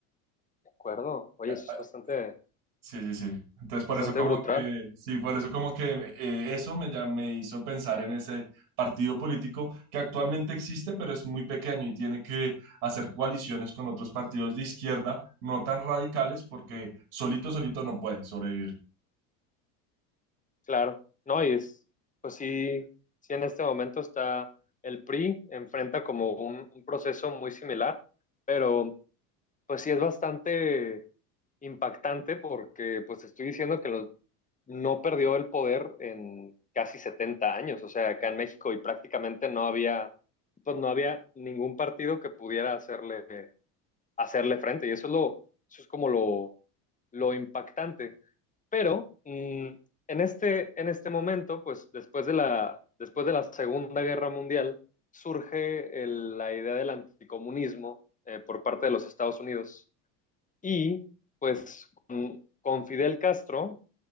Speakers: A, on the left; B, on the right.
A: ¿de acuerdo? Oye,
B: Ya,
A: eso
B: ah,
A: es bastante,
B: Sí, sí, sí. Entonces por
A: bastante
B: eso como
A: brutal.
B: que, sí, por eso como que eh, eso me, ya me hizo pensar en ese partido político que actualmente existe, pero es muy pequeño y tiene que hacer coaliciones con otros partidos de izquierda no tan radicales porque solito, solito no puede sobrevivir.
A: Claro, no, y es, pues sí, sí en este momento está el PRI, enfrenta como un, un proceso muy similar, pero pues sí es bastante impactante porque pues estoy diciendo que los- no perdió el poder en casi 70 años, o sea, acá en México y prácticamente no había, pues no había ningún partido que pudiera hacerle, hacerle frente y eso es lo, eso es como lo, lo impactante pero mm, en este, en este momento, pues después de la, después de la Segunda Guerra Mundial, surge el- la idea del anticomunismo eh, por parte de los Estados Unidos. Y pues con, con Fidel Castro,